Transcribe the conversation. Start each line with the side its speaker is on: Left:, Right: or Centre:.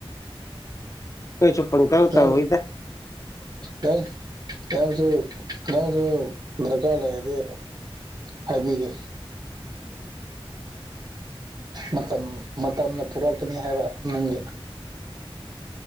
Left: ꯑꯩꯈꯣꯏꯁꯨ ꯄꯪꯇꯧ
Right: ꯇꯥꯎ
Left: ꯇꯧꯋꯤꯗ
Right: ꯇꯥꯎ ꯇꯥꯎꯁꯨ ꯅꯪꯁꯨ ꯗ꯭ꯔꯀꯥꯔ ꯂꯩꯔꯗꯤ ꯍꯥꯏꯕꯤꯒꯦ ꯃꯇꯝ ꯃꯇꯝꯅ ꯄꯨꯔꯛꯀꯅꯤ ꯍꯥꯏꯕ ꯅꯪꯒꯤ